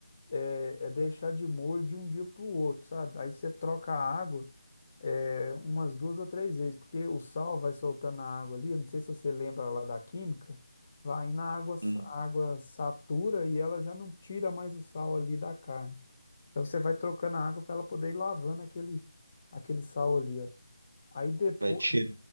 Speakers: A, on the left; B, on the right.
A: é, é deixar de molho de um dia para o outro, sabe? Aí você troca a água é, umas duas ou três vezes, porque o sal vai soltando a água ali. Eu não sei se você lembra lá da química, vai na água, sa-
B: Hum,
A: a água satura e ela já não tira mais o sal ali da carne. Então você vai trocando a água para ela poder ir lavando aquele, aquele sal ali, ó. Aí depois
B: vai tirar.